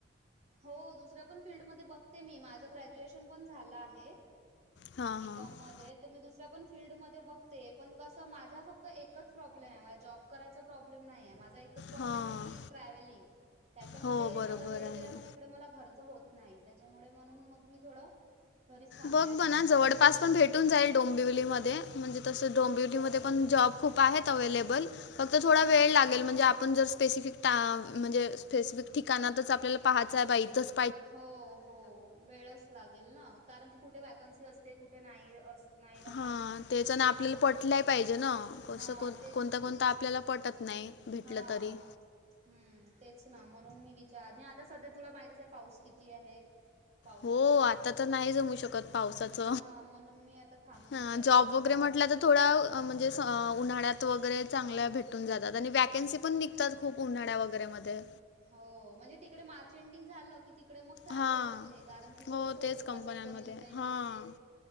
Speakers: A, on the right; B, on the left.
A: हो दुसऱ्या पण फीलड म बघते मी माझ ग्रॅज्युएशन पण झालं आहे.
B: हां
A: बिकॉममध्ये.
B: हां
A: तर मी दुसऱ्या पण फीलल्डमध्ये बघते,. पण कसं माझा फक्त एकच प्रॉब्लेम आहे मला जॉब. करायचा प्रॉब्लेम नाहीे माझा एकच प्रॉब्लेम
B: हां
A: आहे की ट्रॅव्हलिंग. त्याच्यामध्ये
B: हो बरोबर
A: माझा वेळ
B: आहे.
A: गेला तर मग इकडे मला घरचं होत नाही त्याच्यामुळे म्हणून मग मी थोडं. घरीच थांबते
B: बग
A: आणि
B: बना
A: आ
B: जवळपास.
A: आणि
B: पण भेटून जाईल डोंबिवलीमध्येध्ये म्हणजे तसं डोंबिवलीमध्येध्ये
A: हो
B: पण जॉब खूप आहेत अव्हेलेबल. फक्त थोडा वेळ लागेल म्हणजे आपण जर स्पेसिफिक म्हणजे पेसिफिक ठिकाणातच आपल्याला पाहायचं आहे बा इथच.
A: हो हो वेळच लागेल ना कारण की कुठे वॅकन्सी असते कुठे नाही अस. नाही राहत
B: हा ते च ना
A: हां
B: आपल्याला पटलंय पाहिजे ना कसं
A: हां
B: को
A: तेच
B: कोणत
A: ना
B: कोणताआपल्याला पटत. नाही भेटलं
A: हा....
B: तरी.
A: हम्म तेच ना म्हणून मी विचार आणि आता सध्या तुला माहितीच आहे पाऊस किती आहे. पावसामुळे
B: हो आता
A: खूपच
B: तर नाही जमू शकत पावसाच,
A: हा म्हणून मी आता थांबूनच
B: ह
A: आहे
B: जॉब
A: पावसात
B: वगैरे म्हटलं तर. थोडा म्हणजे स उन्हाळ्यात वगैरे चांगल्या भेटून जातात आणि वॅकेन्सी पण निघतात. खूप उन्हाळ्या वगैरे मध्ये.
A: हो, म्हणजे तिकडे मार्च एंडिंग झालं. की तिकडे मग चालू
B: हां.
A: होतात ते कारण की
B: हो,
A: कोणी सोडून
B: तेच कंपन्यांमध्ये.
A: जाते कोणी रडिझाईन
B: हां.
A: देते.